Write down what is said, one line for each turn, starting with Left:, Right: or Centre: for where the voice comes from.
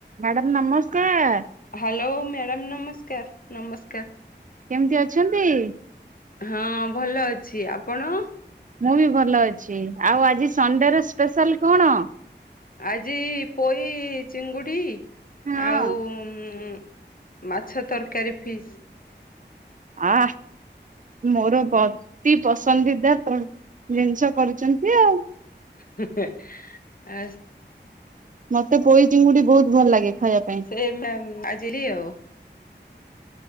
Right: Madam ନମସ୍କାର।
Left: Hello madam ନମସ୍କାର ନମସ୍କାର।
Right: କେମିତି ଅଛନ୍ତି?
Left: ହଁ ଭଲ ଅଛି ଆପଣ।
Right: ମୁଁ ବି ଭଲ ଅଛି ଆଉ ଆଜି ସଣ୍ଡେରେ ସ୍ପେଶାଲ କଣ?
Left: ଆଜି ପୋଇ ଚିଙ୍ଗୁଡି
Right: ହଁ।
Left: ଆଉ ଉଁ। ମାଛ ତରକାରୀ ଫିସ୍।
Right: ଆଃ ମୋର ଅତି ପସ ନ୍ଦି ଦା ଫୁଡ୍ ଜିନିଷ କରୁଛନ୍ତି ଆଉ।
Left: ହେ ହେ ଏସ
Right: ମତେ ପୋଇ ଚିଙ୍ଗୁଡି ବହୁତ ଭଲ ଲାଗେ ଖାଇଆ ପାଇଁ।
Left: ରେ ମ୍ୟାମ ଆଜିଲି ଆଉ।